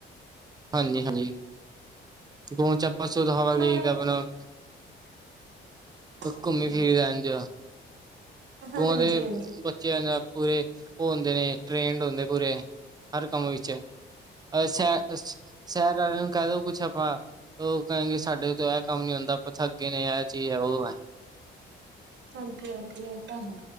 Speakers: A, on the right; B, on the right.
A: ਹਾਂਜੀ- ਹਾਂਜੀ ਗੋਵ ਚ ਆਪਾਂ ਸੂਧ ਹਵਾ
B: ਨਾਲੇ
A: ਲੇ ਕੇ ਆਪਣਾ
B: ਹਾਂਜੀ
A: ਘੁੰਮੀ
B: ਹਾਂਜੀ।
A: ਫਿਰੀ ਰਹਿਣ ਜ
B: ਹਾਂ
A: ਗ
B: ਹਾਂਜੀ
A: ਦੇ <unintelligible>
B: ਹਾਂਜੀ
A: ਪੂਰੇ ਉਹ ਹੁੰਦੇ ਨੇ ਟ੍ਰੇਨਡ ਹੁੰਦੇ ਪੂਰੇ। ਹਰ ਕੰਮ ਵਿੱਚ ਐ, ਸ਼ ਸ਼ਹਿਰ ਵਾਲਿਆਂ ਨੂੰ ਕਹਿ ਦ ਕੁਛ ਆਪਾਂ ਉਹ ਕਹਹਿਣਗੇ ਸਾਡੇ ਤੋਂ ਇਹ ਕੰਮ ਨੀ ਹੁੰਦਾ, ਆਪਾਂ ਥੱਗੇ ਨੇ ਇਹ ਚੀਜ਼ ਹੈ ਉਹ ਹੈ।
B: ਹਾਂਜੀ- ਹਾਂਜੀ ਇਹ ਤਾਂ ਹੈ,